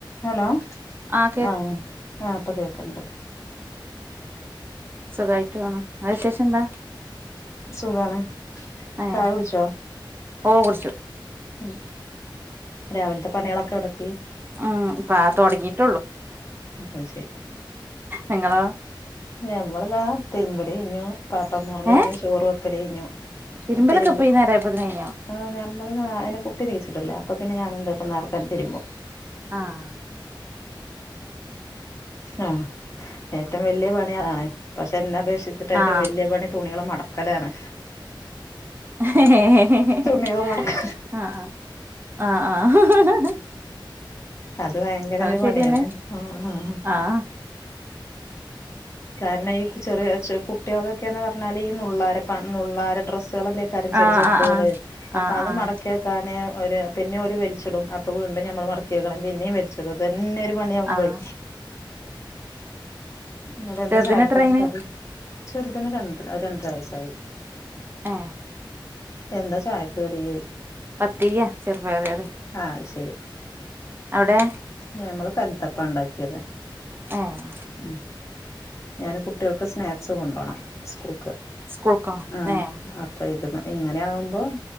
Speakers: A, on the left; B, on the right.
A: ഹലോ
B: ആഹ്
A: ആഹ ആഹ അപ്പൊ കേക്കണ്ട്
B: സുഖമായിട്ട് പോണം അ വിശേഷം എന്താ
A: സുഖാണ്
B: ഏഹ്
A: ചായ കുടിച്ചോ
B: ഓ കുടിച്ചു
A: ഉ രാവിലത്തെ പണികളൊക്കെ എവിടെത്തി
B: ഉം ഇപ്പാ തുടങ്ങിട്ട്
A: അ ശരി
B: നിങ്ങളോ
A: നമ്മളതാ തിരുമ്പൽ കഴിഞ്ഞു പാത്ര മോറൽ കഴിഞ്ഞു
B: ഏഹ്
A: ചോറ് വെക്കൽ കഴിഞ്ഞു
B: തിരുമ്പലൊക്കെ
A: തിരുമ്പ
B: ഇപ്പ ഈ നേരായപ്പോത്തിന് കഴിഞ്ഞോ
A: ആ നഞമ്മള്നെ കുട്ടി എണീച്ചിട്ടില്ല അപ്പ പിന്ന ഞാൻ എന്തട്ടും നേർക്കാ തിരുമ്പും
B: ആഹ
A: ആഹ ഏറ്റവും വലിയ പണിയതാണേ പക്ഷെ എന്ന ക്ഷിച്ചിട്ട ഏറ്റവും
B: ആഹ്
A: വലിയ പണി തുണികള മടക്കലാണ്
B: ആഹ
A: തുണികള്
B: ആഹ
A: മടക്ക
B: ആ്
A: അത് ഭയങ്കര ഒരു
B: ശരിയെന്നെ
A: പണിയാണ് ആഹ ആഹ
B: ആഹ്
A: കാരണം ചെ കുട്ടികളക്കൊക്കെന്ന് പറഞ്ഞാല് ഈ നുള്ള നുള്ളാരാ ഡ്ര ല്ലേ കാര്യം ചെറു
B: ആഹ്
A: ചെറുതുകള്
B: ആഹ് ആഹ്
A: അപ്പൊ
B: ആഹ്
A: അത്
B: ആഹ്
A: മടക്കിയക്കാന് ഒരു പിന്നെ ഒരു വലിച്ചടും അപ്പൊ വീണ്ടും ഞമ്മൾ വർക്ക് ചെയ്ക്കണം പിന്നേ വലിച്ചിടും അെ ഇന്നൊ ഒരു മണിയാകുമ്പോയി
B: ആഹ്
A: എന്നിട്ട് എന്താ
B: ചെറുതിന്
A: ചായക്ക്ക്കെ
B: എത്രായിണ്
A: കടി ചെറുതിന് രണ്ട രണ്ടരാ വയസ്സായി
B: ആഹ
A: എന്താ ചായക്കടി
B: പത്തിരി ചെറുപയർ കറി
A: ആഹ് അത് ശരി
B: അവിടെ
A: ഞമ്മള് കലുത്തപ്പ ഉണ്ടാക്കിയത്
B: ഏഹ്
A: ഉ ഞാന് കുട്ടികൾക്ക് സ്നാക്സ് കൊണ്ടോണം സ്കൂൾക്ക്
B: സ്കൂൾക്കോ
A: ആഹ
B: ഏഹ്
A: അപ്പൊ ഇത് മ ഇങ്ങനെ ആകുമ്പോ